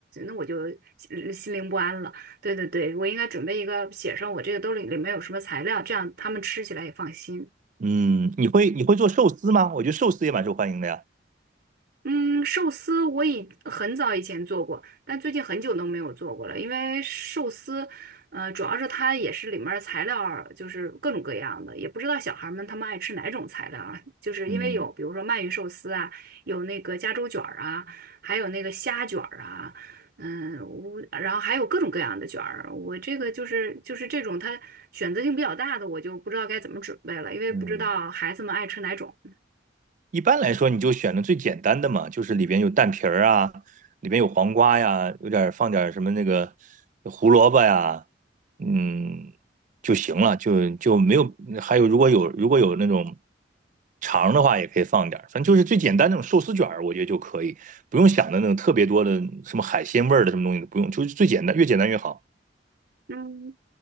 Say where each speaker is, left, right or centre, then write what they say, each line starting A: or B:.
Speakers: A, on the right; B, on the right.
A: 那我就心心灵不安了。对对对，我应该准备一个写上我这个兜里里面有什么材料，这样他们吃起来也放心。
B: 嗯，你会你会做寿司吗？我觉得寿司也蛮受欢迎的呀。
A: 嗯，寿司我以很早以前做过，但最近很久都没有做过了，因为寿司，呃，主要是它也是里面儿材料儿就是各种各样的，也不知道小孩儿们他们爱吃哪种材料啊，就是因为有比如说鳗鱼寿司啊，
B: 嗯
A: 有那个加州卷儿啊，还有那个虾卷儿啊，嗯，我然后还有各种各样的卷儿，我这个就是就是这种它选择性比较大的，我就不知道该怎么准备了，因为不知道孩子们爱吃哪种。
B: 嗯，一般来说，你就选的最简单的嘛，就是里边有蛋皮儿啊，里边有黄瓜呀，有点儿放点儿什么那个胡萝卜呀，嗯，就行了，就就没有。还有，如果有如果有那种肠的话，也可以放点儿，反正就是最简单那种寿司卷儿，我觉得就可以，不用想的那种特别多的什么海鲜味儿的什么东西都不用，就是最简单，越简单越好。
A: 嗯。